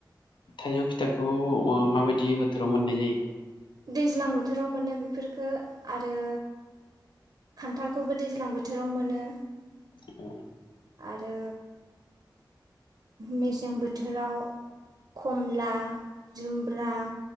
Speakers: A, on the left (about 80°); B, on the right (about 50°).
A: थाइजौ फिथाइखौ ओ माबायदि बोथोराव मोननाय जायो?
B: दैज्लां बोथोराव मोनो बेफोरफोरखो आरो खान्थालखौबो दैज्लां बोथोराव मोनो।
A: औ
B: आरो मेसें बोथोराव खमला जुमब्रा